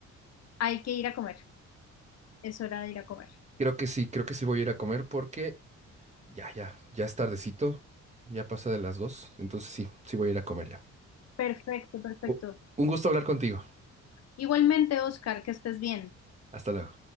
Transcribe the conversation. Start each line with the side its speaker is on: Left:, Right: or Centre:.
Left: Hay que ir a comer. Es hora de ir a comer.
Right: Creo que sí, creo que sí voy a ir a comer porque ya, ya, ya es tardecito, ya pasa de las dos, entonces sí, sí voy a ir a comer ya.
Left: Perfecto, perfecto.
Right: U- un gusto hablar contigo.
Left: Igualmente, Oscar, que estés bien.
Right: Hasta luego.